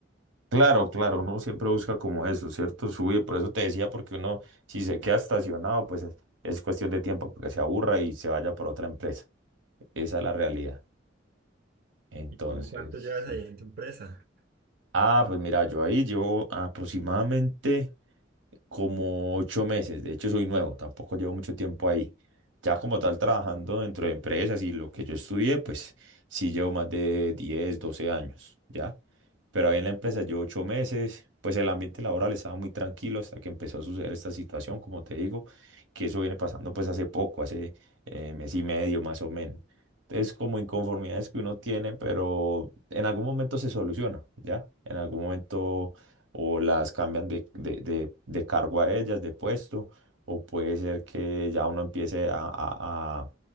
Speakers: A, on the right (about 85°); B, on the right (about 50°).
A: Claro, claro, uno siempre busca como eso, ¿cierto? Subir, por eso te decía, porque uno, si se queda estacionado, pues es, es cuestión de tiempo, porque se aburra y se vaya por otra empresa. Esa es la realidad. Entonces,
B: ¿Y tú cuánto llevas
A: sí.
B: ahí en tu empresa?
A: Ah, pues mira, yo ahí llevo aproximadamente como ocho meses. De hecho, soy nuevo, tampoco llevo mucho tiempo ahí. Ya como tal, trabajando dentro de empresas y lo que yo estudié, pues sí llevo más de 10, 12 años, ¿ya? Pero ahí en la empresa llevo ocho meses. Pues el ambiente laboral estaba muy tranquilo hasta que empezó a suceder esta situación, como te digo, que eso viene pasando pues hace poco, hace eh, mes y medio más o menos es como inconformidades que uno tiene, pero en algún momento se soluciona, ¿ya? En algún momento o las cambian de, de, de- de cargo a ellas, de puesto, o puede ser que ya uno empiece a, a- a-